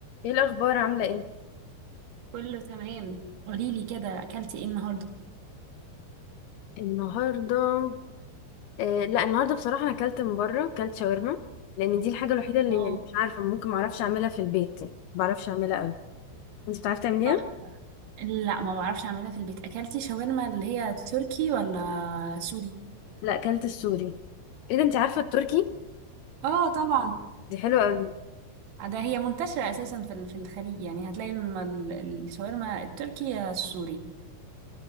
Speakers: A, on the left; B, on the right.
A: ايه الاخبار عامله ايه
B: كله تمام قولي لي كده اكلتي ايه النهارده
A: النهارده آه لا النهارده بصراحه انا اكلت من بره اكلت شاورما لان دي الحاجه الوحيده اللي
B: اه
A: يعني مش عارفه ممكن ما اعرفش اعملها في البيت يعني ما بعرفش اعملها قوي انت بتعرفي تعمليها
B: صح لا ما بعرفش اعملها في البيت اكلتي شاورما اللي هي تركي ولا سوري
A: لا اكلت السوري ايه ده انت عارفه التركي
B: اه طبعا
A: دي حلوه قوي
B: ده هي منتشرة اساسا في ال- في الخليج يعني هتلاقي الم- ال- الشاورما التركي يا السوري